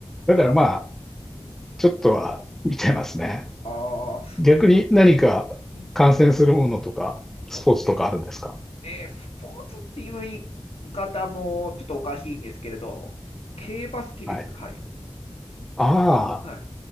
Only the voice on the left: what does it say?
なんか、うん、
ああ、
うん。
あえースポーツっていう言い方もちょっとおかしいんですけれど、競馬好きです。
はい。
はい。